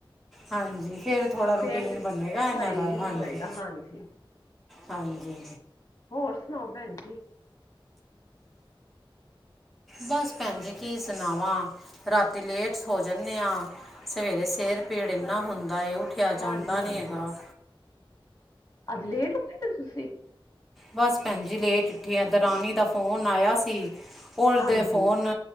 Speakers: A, in the centre; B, on the left.
A: ਹਾਂਜੀ ਫੇਰ ਥੋੜਾ ਰੂਟੀਨ
B: ਫਿਰ ਸਿਸ
A: ਬਨੇਗਾ ਏਨਾਂ
B: ਸਹੀ
A: ਦਾ ਹਾਂਜੀ।
B: ਹੋਏਗਾ ਹਾਂਜੀ
A: ਹਾਂਜੀ।
B: ਹੋਰ ਸੁਣਾਓ ਭੈਣ ਜੀ।
A: ਬਸ ਭੈਣਜੀ ਕੀ ਸੁਨਾਵਾਂ? ਰਾਤੀ ਲੇਟ ਸੋ ਜਨੇ ਆਂ। ਸਵੇਰੇ ਸਿਰ ਪੀੜ ਏਨਾ ਹੁੰਦਾ ਏ, ਉਠਿਆ ਜਾਂਦਾ
B: ਹਾਂਜੀ ਹਾਂਜੀ
A: ਨਈ ਹੈਗਾ।
B: ਅੱਜ ਲੇਟ ਉਠੇ ਤੁਸੀ।
A: ਬਸ ਭੈਨਜੀ ਲੇਟ ਉਠੀ ਆ ਦਰਾਨੀ ਦਾ ਫੋਨ ਆਇਆ ਸੀ ੳਰਦੇ
B: ਹਾਂਜੀ
A: ਫੋਨ